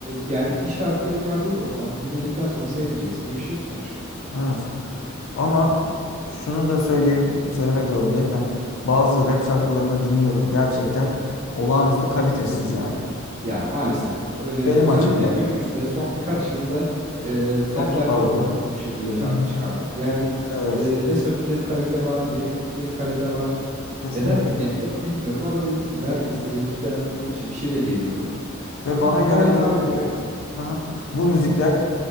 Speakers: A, on the right; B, on the left.
A: yani bir şarkıya ön yargılı da olsan onu dinledikten sonra sevmeyeceksin diye bir şey yok sonuçta.
B: Evet. Ama şunu da söyleye, söylemek zorundayım. Hani bazı rap şarkılarını dinliyorum. Gerçekten olağanüstü kalitesiz yani.
A: Ya maalesef öyle
B: Benim
A: özellikle
B: açımdan.
A: günümüzde son
B: Heh,
A: birkaç yılda e, trendlerde
B: çok Evet. fazla.
A: oldu o şekilde şarkı
B: Hı hı.
A: çıkarmak. Yani
B: Evet.
A: e, ne sözünde bir kalite var, ne ritminde bir kalite var.
B: Kesinlikle.
A: Neden dinleniyor bilmiyorum ama dediğim gibi herkesin zevki kendine olduğu için bir şey de diyemiyorum.
B: Ve
A: Ama
B: bana göre
A: bana hitap
B: bu
A: etmiyor.
B: bu aha, bu müzikler